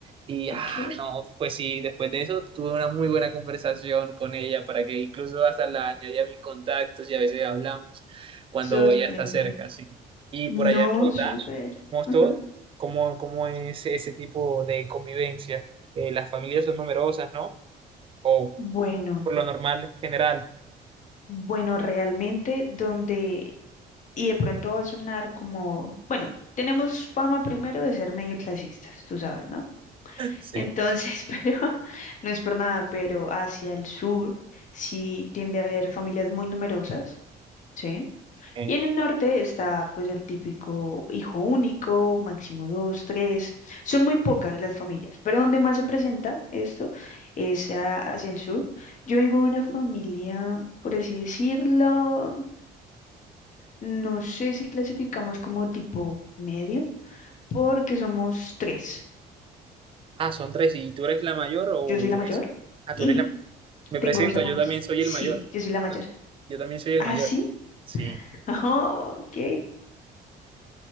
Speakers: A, on the right; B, on the left.
A: Y, ah,
B: ok.
A: no, pues sí, después de eso tuve una muy buena conversación con ella para que incluso hasta la añadí a mis contactos y a veces hablamos cuando
B: Sorprendida.
A: ella está cerca, sí. Y
B: No,
A: por allá en Bogotá,
B: súper.
A: mostró
B: Ajá.
A: cómo, cómo es ese tipo de convivencia. Eh, las familias son numerosas, ¿no? O
B: Bueno,
A: por lo normal, en general.
B: bueno, realmente donde, y de pronto va a sonar como, bueno, tenemos fama primero de ser medio clasistas, tú sabes, ¿no?
A: Sí.
B: Entonces, <laughs> pero no es por nada, pero hacia el sur sí tiende a haber familias muy numerosas, ¿sí?
A: Eh,
B: Y en el norte está pues el típico hijo único, máximo dos, tres. Son muy pocas las familias, pero donde más se presenta esto es a- hacia el sur. Yo vengo de una familia, por así decirlo, no sé si clasificamos como tipo medio, porque somos tres.
A: ah, son tres. ¿Y tú eres la mayor o
B: Yo soy la
A: eres...
B: mayor
A: Ah,
B: y
A: tú eres la Me presento,
B: tengo dos hermanas.
A: yo también soy
B: Sí,
A: el mayor.
B: yo soy la mayor.
A: Yo también soy el
B: ¿Ah,
A: mayor.
B: sí?
A: Sí,
B: <laughs> Oh, ok.